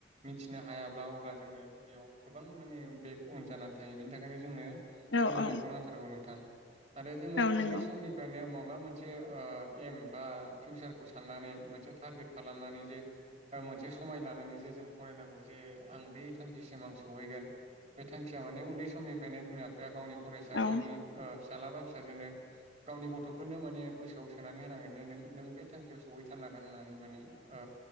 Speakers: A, on the right; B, on the left.
A: मिथिनो हायाब्ला अब्ला जोङो बेयाव गोबां माने बेग अन जानानै थायो बेनि थाखायनो जोंनो
B: औ
A: सोलोंथाइखौ
B: औ
A: नांथारगौ नोंथां। आरो जोङो
B: औ
A: उन्दै
B: नंगौ
A: समनिफ्रायनो मा माबा मोनसे ओ एम बा फिउचारखौ साननानै मोनसे टारगेट खालामनानै जे ओ मोनसे समाय लानानै जे जों फरायनांगौ जे आं बे थां थांखिसिम आं सौहैगोन बे थांखिया माने उन्दै समनिफ्रायनो बिमा बिफाया गावनि फरायसा
B: औ
A: गावनि ओ फिसाला बा फिसाजोनो गावनि गथ'फोरनो माने गोसोआव सोनानै होनांगोन जे नों-नों बे थांखियाव सौहैथारनांगोन होनानै माने औ